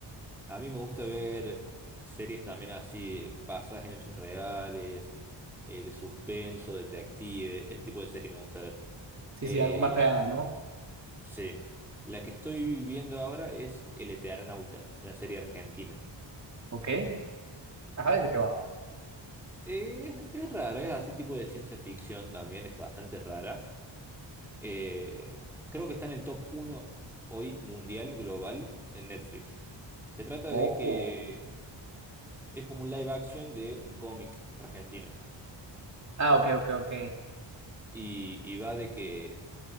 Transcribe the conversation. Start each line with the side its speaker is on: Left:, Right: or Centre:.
Centre: A mí me gusta ver series también así, basadas en hechos reales, eh, de suspenso, detective, ese tipo de serie me gusta ver.
Right: Sí,
Centre: Eh,
Right: sí, algo más real, ¿no?
Centre: sí, la que estoy viendo ahora es El Eternauta, una serie argentina.
Right: Ok. Ajá, ¿de qué va?
Centre: Eh, es, es rara, es así tipo de ciencia ficción también, es bastante rara. Eh, creo que está en el top uno hoy mundial, global, en Netflix. Se trata
Right: Ojo.
Centre: de que es como un live action de un cómic argentino.
Right: Ah, ok, ok, ok.
Centre: Y, y va de que